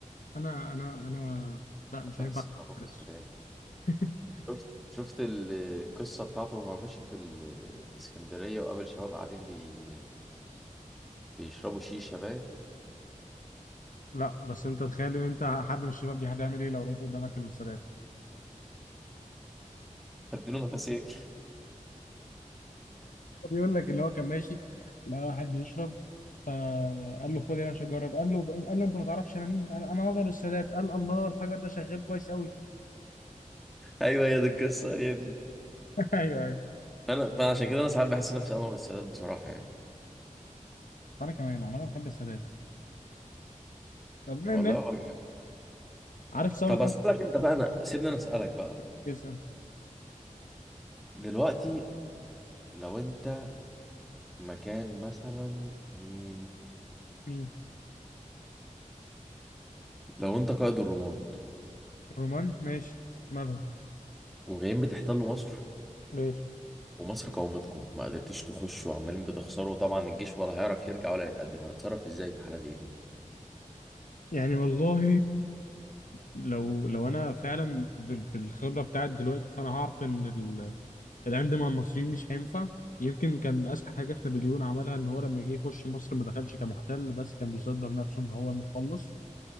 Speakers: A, on the left (about 80°); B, in the centre.
A: أنا أنا أنا لأ مش
B: بحس
A: هينفع
B: ان انا انور
A: أعترض.
B: السادات
A: <laughs>
B: شفت شفت ال- القصه بتاعته وهو ماشي في ال... في اسكندريه وقابل شباب قاعدين بي... بيشربوا شيشه باين
A: لا بس انت تخيل ان انت حد من الشباب دي هتعمل ايه لو لقيت قدامك السادات
B: هديله نفسين <laughs>
A: هو بيقول لك ان هو كان ماشي لقى واحد بيشرب فقال له خد يا باشا جرب قال له قال له انت ما تعرفش انا مين قال انا انور السادات قال الله الحجر ده شغال كويس قوي
B: ايوه هي دي القصه هي دي
A: <laughs> ايوه ايوه
B: انا فأنا عشان كده انا ساعات بحس نفسي انور السادات بصراحه يعني
A: انا كمان عمال بحب السادات طب بما
B: والله
A: ان
B: هو جامد.
A: عارف ثورة
B: طب اسالك انت بقى انا سيبني انا اسالك بقى
A: 1900
B: دلوقتي لو انت مكان مثلا مين
A: مين
B: لو انت قائد الرومان
A: رومان ماشي مالهم
B: وجايين بتحتلوا مصر
A: ماشي
B: ومصر قاومتكم ما قدرتيش تخشوا وعمالين بتخسروا طبعا الجيش ولا هيعرف يرجع ولا هيتقدم هتتصرف ازاي في حالة زي دي
A: يعني والله لو لو انا فعلا بال- بالخبره بتاعت دلوقتي فانا هعرف ان العند مع المصريين مش هينفع يمكن كان اذكى حاجه في نابليون عملها ان هو لما جه يخش مصر ما دخلش كمحتل بس كان بيصدر نفسه ان هو المخلص